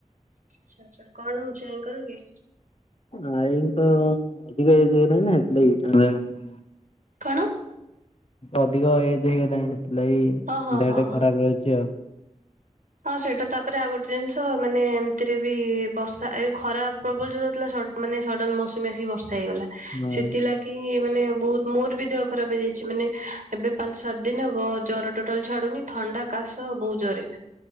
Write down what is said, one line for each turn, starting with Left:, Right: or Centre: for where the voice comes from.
Right: ଆଚ୍ଛା ଆଚ୍ଛା କଣ ହଉଛି ଆଇଙ୍କର କି?
Left: ଆଈଙ୍କର ଅଧିକ ଏଜ ହେଇଗଲାଣି ନା ହେଥିଲାଗି <unintelligible>
Right: କଣ?
Left: ଅଧିକ ଏଜ ହେଇଗଲାଣି ସେଥିଲାଗି
Right: ଓହୋ
Left: ଦେହଟା
Right: ହଁ ହଁ।
Left: ଖରାପ ରହୁଛି ଆଉ।
Right: ହଁ ସେଇଟା ତାପରେ ଆଉ ଗୋଟେ ଜିନିଷ ମାନେ ଏମିତିରେ ବି ବର୍ଷା ଏ ଖରା ପ୍ରବଳ ଜୋର ହଉଥିଲା ସଡ଼ ମାନେ ସଡନ ମୌସୁମୀ ଆସିକି ବର୍ଷା ହେଇଗଲା
Left: ହଁ
Right: ସେଥିଲା କି ମାନେ ବହୁତ ମୋର ବି ଦେହ ଖରାପ ହେଇଯାଇଛି ମାନେ ଏବେ ପାଞ୍ଚ ସାତ ଦିନ ହବ ଜର ଟୋଟାଲି ଛାଡୁନି। ଥଣ୍ଡା, କାଶ ବହୁ ଜୋରରେ।